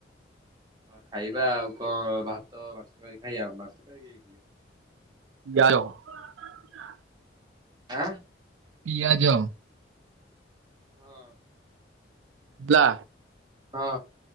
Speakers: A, on the right; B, on the right.
A: ହଁ ଖାଇବା ଆଉ କଣ ଭାତ ମାଛ ତରକାରୀ ଖାଇବା ମାଛ ତରକାରୀ ହେଇ ଯାଇ ଥିଲେ।
B: !!!!!!!!!!
A: ଆ।
B: ପିଆଜ
A: ହଁ।
B: ବା
A: ହଁ।